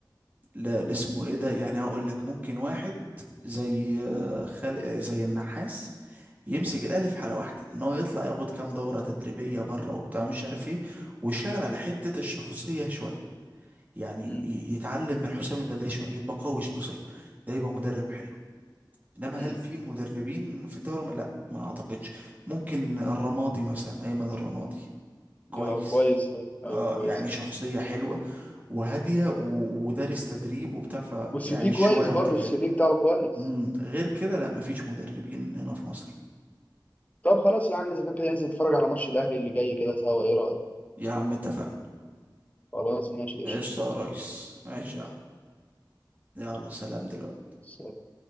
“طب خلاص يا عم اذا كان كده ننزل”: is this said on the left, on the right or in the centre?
Left